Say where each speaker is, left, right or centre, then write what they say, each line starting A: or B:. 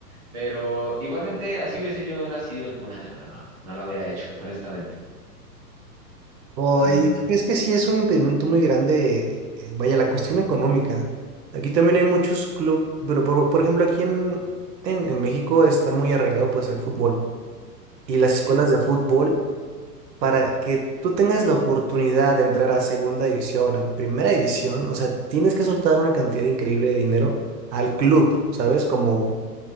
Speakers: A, on the right; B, on the right.
A: Pero igualmente, así hubiese yo nacido en cuna de oro, no, no la hubiera hecho, honestamente.
B: Oh,
A: Mm,
B: ¿y qué crees que sí es un impedimento muy grande? eh, Vaya, la cuestión económica. Aquí también hay muchos clubes, pero por, por ejemplo aquí en, en, en México está muy arraigado pues el fútbol. Y las
A: sí,
B: escuelas de fútbol para que tú tengas la oportunidad de entrar a segunda división, a primera división, o sea, tienes que soltar una cantidad increíble de dinero al club, ¿sabes? Como